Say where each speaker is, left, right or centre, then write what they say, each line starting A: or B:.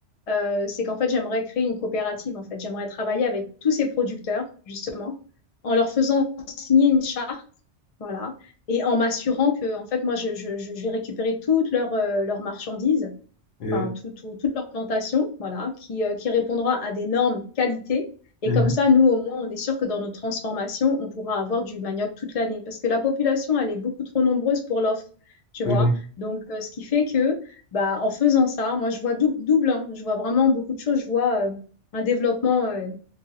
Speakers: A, on the left; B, on the left.
A: Euh, c'est qu'en fait, j'aimerais créer une coopérative, en fait. J'aimerais travailler avec tous ces producteurs, justement, en leur faisant signer une charte, voilà, et en m'assurant que, en fait, moi, je, je- je vais récupérer toutes leurs euh, leurs marchandises
B: Oui.
A: enfin, tout- tout- toute leur plantation, voilà, qui, euh, qui répondra à des normes qualité. Et
B: Mhm.
A: comme ça, nous, au moins, on est sûr que dans notre transformation, on pourra avoir du manioc toute l'année. Parce que la population, elle est beaucoup trop nombreuse pour l'offre, tu
B: Oui.
A: vois. Donc, euh, ce qui fait que, bah, en faisant ça, moi, je vois dou- double, hein. je vois vraiment beaucoup de choses. Je vois euh, un développement. euh,